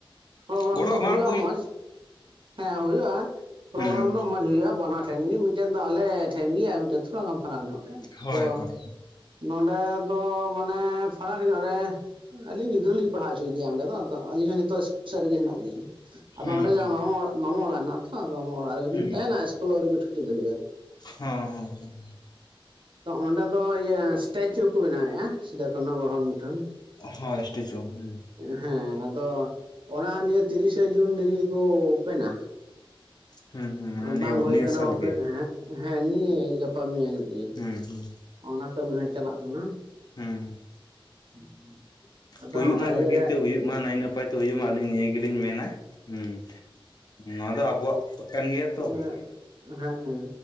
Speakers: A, on the right; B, on the left.
A: ᱯᱨᱳᱜᱨᱟᱢ
B: ᱜᱚᱲᱚ
A: ᱫᱚ
B: ᱮᱢᱟᱠᱚ
A: ᱦᱩᱭᱩᱜᱼᱟ ᱢᱚᱸᱡᱽ ᱦᱮᱸ ᱦᱩᱭᱩᱜᱼᱟ᱾ ᱯᱨᱳᱜᱨᱟᱢ
B: ᱦᱩᱸ
A: ᱫᱚ ᱢᱚᱸᱡᱽ ᱦᱩᱭᱩᱜᱼᱟ ᱵᱟᱱᱟᱨ ᱴᱷᱮᱱ ᱜᱮ ᱢᱤᱫᱴᱮᱱ ᱫᱚ ᱟᱞᱮ ᱴᱷᱮᱱ ᱜᱮᱴ ᱛᱷᱚᱲᱟ ᱜᱟᱱ ᱯᱷᱟᱨᱟᱠ ᱧᱚᱜ ᱨᱮ ᱟᱫᱚ
B: ᱦᱳᱭ ᱦᱳᱭ
A: ᱱᱚᱸᱰᱮ ᱫᱚ ᱢᱟᱱᱮ ᱯᱷᱟᱨᱟᱠ ᱧᱚᱜ ᱨᱮ ᱟᱹᱞᱤᱧ ᱜᱤᱫᱽᱨᱟᱹ ᱞᱤᱧ ᱯᱟᱲᱦᱟᱣ ᱦᱚᱪᱚᱭᱮᱫᱮᱭᱟ ᱚᱸᱰᱮ ᱫᱚ ᱟᱹᱞᱤᱧ ᱦᱚᱸ ᱱᱤᱛᱚᱜ ᱤᱥᱠᱩᱞ ᱥᱮᱫ ᱨᱮᱜᱮ ᱦᱮᱱᱟᱜ ᱞᱤᱧᱟᱹ ᱟᱫᱚ
B: ᱦᱩᱸ
A: ᱚᱸᱰᱮ ᱜᱮ
B: ᱦᱩᱸ
A: ᱢᱟᱢᱚ ᱚᱟᱜ ᱢᱟᱢᱟ ᱚᱲᱟᱜ ᱦᱮᱱᱟᱜᱼᱟ ᱦᱚᱸ ᱵᱟᱝᱢᱟ ᱚᱲᱟᱜ ᱨᱮᱜᱮᱞᱤᱧ
B: ᱦᱩᱸ
A: ᱛᱟᱦᱮᱱᱟ ᱤᱥᱠᱩᱞ ᱟᱹᱣᱨᱤ ᱠᱚ ᱪᱷᱩᱴᱤ ᱫᱷᱟᱹᱵᱤᱡᱟ
B: ᱦᱚᱸ ᱦᱚᱸ
A: ᱛᱚ ᱚᱸᱰᱮ ᱫᱚ ᱤᱭᱟᱹ ᱮᱥᱴᱮᱪᱩ ᱠᱚ ᱵᱮᱱᱟᱣᱮᱫᱼᱟ ᱥᱤᱫᱩ ᱠᱟᱹᱦᱩ ᱜᱚᱲᱦᱚᱱ ᱢᱩᱴᱷᱟᱹᱱ
B: ᱦᱚ ᱮᱥᱴᱮᱪᱩ ᱦᱩᱸ
A: ᱦᱮᱸ ᱟᱫᱚ ᱚᱱᱟ ᱱᱤᱭᱟᱹ ᱛᱤᱨᱤᱥᱮ ᱡᱩᱱ ᱨᱮᱜᱤ ᱠᱩ ᱚᱯᱮᱱᱟ
B: ᱦᱩᱸ ᱦᱩᱸ ᱢᱟᱱᱮ
A: ᱵᱟᱝ
B: ᱱᱤᱭᱟᱹ
A: ᱦᱩᱭ
B: ᱱᱤᱭᱟᱹ
A: ᱠᱟᱱᱟ
B: ᱥᱟᱞ
A: ᱚᱯᱮᱱ,
B: ᱜᱮ
A: ᱦᱮᱸ ᱱᱤᱭᱟᱹ ᱜᱟᱯᱟ ᱢᱮᱭᱟᱝ ᱜᱤ
B: ᱦᱩᱸ ᱦᱩᱸ
A: ᱚᱱᱟ ᱠᱟᱹᱢᱤ ᱦᱚᱭ ᱪᱟᱞᱟᱜ ᱠᱟᱱᱟ
B: ᱦᱩᱸ
A: <unintelligible> ᱟᱫᱚ
B: ᱦᱩᱭᱩᱜ
A: ᱚᱱᱟ
B: ᱢᱟ
A: ᱤᱭᱟᱹ
B: ᱵᱷᱟᱹᱜᱤ
A: ᱨᱮ
B: ᱛᱮ
A: <inaudible>
B: ᱦᱩᱭᱩᱜ ᱢᱟ ᱱᱟᱭ ᱱᱟᱯᱟᱭ ᱛᱮ ᱦᱩᱭᱩᱜ ᱢᱟ ᱟᱹᱞᱤᱧ ᱱᱤᱭᱟᱹ ᱜᱮᱞᱤᱧ ᱢᱮᱱᱟ ᱦᱩᱸ ᱱᱚᱣᱟ ᱫᱚ ᱟᱵᱚᱣᱟᱜ ᱠᱟᱱ ᱜᱮᱭᱟ ᱛᱚ
A: <unintelligible> ᱦᱮᱸ